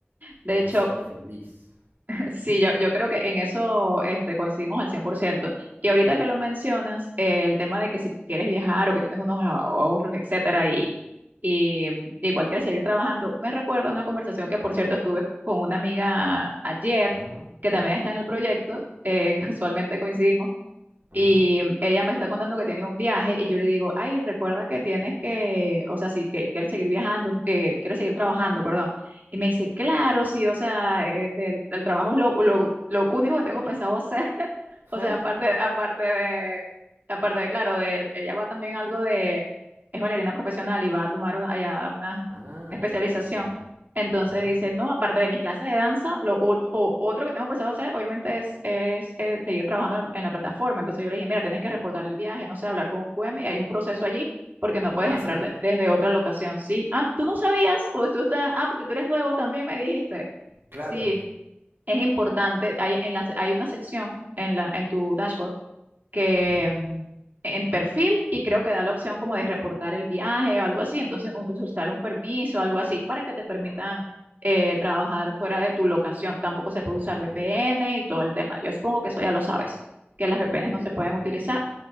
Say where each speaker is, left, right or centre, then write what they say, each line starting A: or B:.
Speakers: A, on the right; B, on the right.
A: De
B: me
A: hecho,
B: hace feliz.
A: <laughs> sí, yo, yo creo que en eso este, coincidimos al cien por ciento Y ahorita que lo mencionas, eh, el tema de que si quieres viajar o que tienes unos ahorros, etcétera, y, y, mm, igual quieres seguir trabajando, me recuerda una conversación que, por cierto, estuve con una amiga ayer,
B: Ajá,
A: que también está en el proyecto, eh, <laughs> casualmente coincidimos,
B: ajá.
A: y ella me está contando que tiene un viaje y yo le digo, ay, recuerda que tienes que, o sea, si que, quieres seguir viajando, que quieres seguir trabajando, perdón. Y me dice, claro, sí, o sea, este, el, el trabajo es lo, lo, lo único que tengo pensado hacer. <laughs>
B: <laughs>
A: O sea, aparte, aparte de, aparte de, claro, de, ella va también algo de, es bailarina profesional y va a tomar una, allá una
B: Ah,
A: especialización.
B: qué bueno.
A: Entonces
B: Ujú.
A: dice, no, aparte de mis clases de danza, lo ol- o- otro que tengo pensado hacer, obviamente, es, es, eh, seguir trabajando en la, en la plataforma. Entonces yo le dije, mira, tienes que reportar el viaje, no sé, hablar con un QM y hay un proceso allí porque no puedes
B: Ah,
A: entrar
B: sí,
A: de- desde otra locación. Sí, ah, tú no sabías o tú estás, ah, porque tú eres nuevo también, me dijiste.
B: claro.
A: Sí, es importante, hay, en la, se- hay una sección en, la, en tu dashboard que
B: Ujú.
A: mm, en perfil y creo que da la opción como de reportar el viaje o algo así, entonces un- solicitar un permiso o algo así para que te permitan
B: O-
A: eh, trabajar fuera de tu locación. Tampoco se puede
B: ok,
A: usar VPN y todo el tema. Yo supongo que eso ya lo sabes, que las
B: ok,
A: VPNs no se
B: ok.
A: pueden utilizar